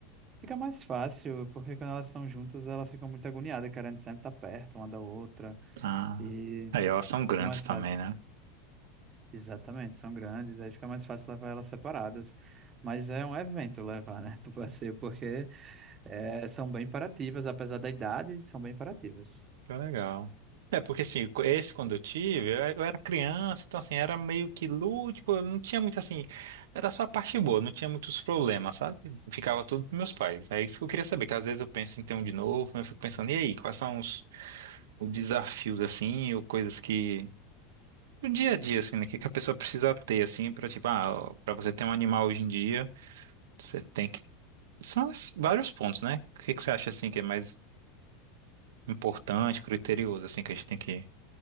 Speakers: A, on the right (about 25°); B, on the right (about 85°).
A: fica mais fácil, porque quando elas estão juntas, elas ficam muito agoniadas, querendo sempre estar perto uma da outra,
B: Ah,
A: e
B: aí elas são grandes
A: fica mais
B: também,
A: fácil.
B: né?
A: Exatamente, são grandes, aí fica mais fácil levar elas separadas. Mas é um evento levar, né, <laughs> pro passeio, porque eh, são bem imperativas, apesar da idade, são bem imperativas.
B: Que legal. É, porque assim, co- esse quando eu tive, eu eu era criança, então assim, era meio que lúdico, eu não tinha muito assim, era só a parte boa, não tinha muitos problemas, sabe? Ficava tudo pros meus pais. É isso que eu queria saber, que às vezes eu penso em ter um de novo, mas eu fico pensando, e aí, quais são os, os desafios assim, ou coisas que, do dia a dia, assim, né, que que a pessoa precisa ter, assim, pra tipo, ah, pra você ter um animal hoje em dia. Você tem que. São es- vários pontos, né? O que que você acha assim que é mais importante, criterioso, assim, que a gente tem que